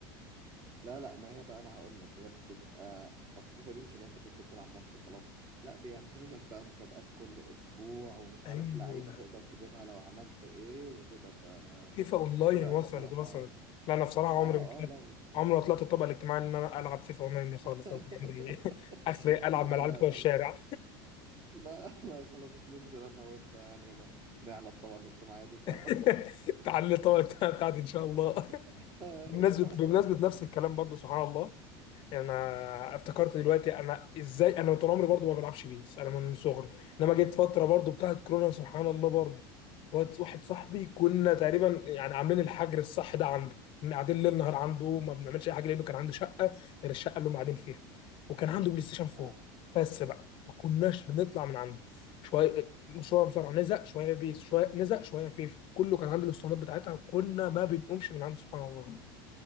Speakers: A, on the right; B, on the left.
A: لا لا ما هي بقى انا هقول لك هي بتبقى اصل فيفا دي مش اللي هو انت بتدخل تلعب ماتش وخلاص لا بيعملوا لك بقى مسابقات كل اسبوع ومش عارف
B: ايوه
A: لعيبه تقدر تجيبها لو عملت ايه وكده ف
B: فيفا اونلاين
A: لا
B: وصلت
A: الصراحه
B: وصلت لا انا بصراحه عمري
A: اه
B: ما طلعت
A: اه لا مش...
B: عمري ما طلعت الطبقه الاجتماعي ان انا العب فيفا اونلاين دي خالص
A: <laughs>
B: أنا عمري <laughs> اخري العب
A: لا
B: مع العيال
A: لا
B: بتوع الشارع
A: خلاص لا لا خلاص ننزل انا وانت يعني هنا نعلى الطبقه الاجتماعيه دي سوا
B: <laughs> تعالى الطبقه بتاعتي ان شاء الله
A: <laughs> أيوة.
B: بمناسبة بمناسبة نفس الكلام برضه سبحان الله انا افتكرت دلوقتي انا ازاي انا طول عمري برضه ما بلعبش بيس انا من صغري انما جيت فترة برضه بتاعت كورونا سبحان الله برضه واد- واحد صاحبي كنا تقريبا يعني عاملين الحجر الصح ده عنده كنا قاعدين ليل نهار عنده ما بنعملش اي حاجه لانه كان عنده شقه غير الشقه اللي هم قاعدين فيها وكان عنده بلاي ستيشن 4
A: آه.
B: بس بقى ما كناش بنطلع من عنده شويه شويه مصارعه نزق شويه بيس شويه نزق شويه فيفا كله كان عنده الاسطوانات بتاعتها وكنا ما بنقومش من عنده سبحان الله